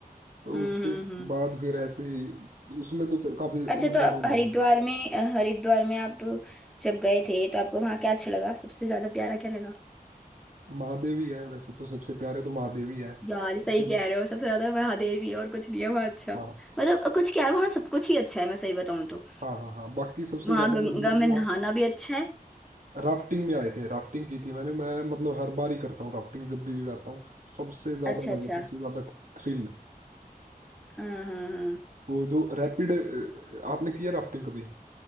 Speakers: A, on the right (about 60°); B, in the centre.
A: तो
B: हम्म
A: उसके
B: हम्म हम्म।
A: बाद फिर ऐसे ही- उसमें तो च- काफी
B: अच्छा
A: लंबा
B: तो आप
A: टाइम
B: हरिद्वार
A: लगेगा
B: में अ, हरिद्वार में आप जब गए थे तो आपको वहाँ क्या अच्छा लगा सबसे ज्यादा प्यारा क्या लगा
A: महादेव ही है वैसे तो सबसे प्यारे तो महादेव ही है
B: यार
A: लेकिन-
B: ये सही कह रहे हो सबसे ज्यादा महादेव ही है और कुछ नहीं है वहाँ अच्छा मतलब
A: हाँ
B: कुछ क्या है वहाँ सब कुछ ही अच्छा है मैं सही बताऊँ तो
A: हाँ हाँ हाँ बाकी सबसे
B: वहाँ
A: ज्यादा
B: गंगा
A: मजे मेरे
B: में
A: को
B: नहाना
A: वहाँ
B: भी अच्छा है
A: राफ्टिंग में आए थे राफ्टिंग की थी मैंने मैं मतलब हर बार ही करता हूँ राफ्टिंग जब भी, भी जाता हूँ सबसे ज्यादा
B: अच्छा अच्छा
A: मजा सबसे ज्यादा थ्रिल
B: हाँ हाँ हाँ
A: वो जो रैपिड आपने किया राफ्टिंग कभी